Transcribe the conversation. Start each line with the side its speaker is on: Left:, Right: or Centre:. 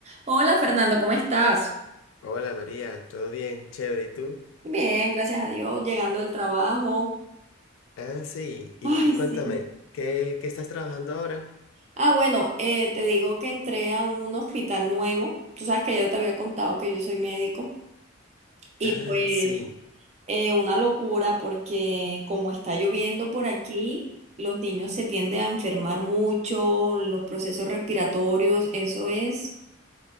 Right: Hola Fernando, ¿cómo estás?
Left: Hola María, ¿todo bien? Chévere, ¿y tú?
Right: Bien, gracias a Dios, llegando del trabajo.
Left: Ah, sí, y,
Right: Ay,
Left: y
Right: sí.
Left: cuéntame, ¿qué, qué estás trabajando ahora?
Right: Ah, bueno, eh, te digo que entré a un hospital nuevo. Tú sabes que yo te había contado que yo soy médico. Y
Left: Ah,
Right: pues,
Left: sí,
Right: eh, una locura porque como está lloviendo por aquí, los niños se tienden a enfermar mucho, los procesos respiratorios, eso es